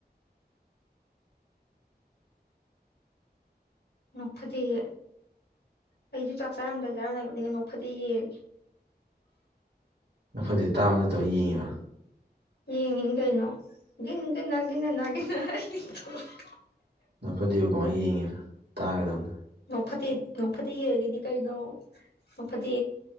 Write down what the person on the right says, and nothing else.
ꯅꯣꯛꯐꯗꯦ ꯇꯥꯕ ꯅꯠꯇꯕ ꯌꯦꯡꯉꯤꯕ
ꯅꯣꯛꯐꯗꯦꯕꯨ ꯀꯃꯥꯏꯅ ꯌꯦꯡꯉꯤꯅꯣ ꯇꯥꯒꯗꯝꯅꯤ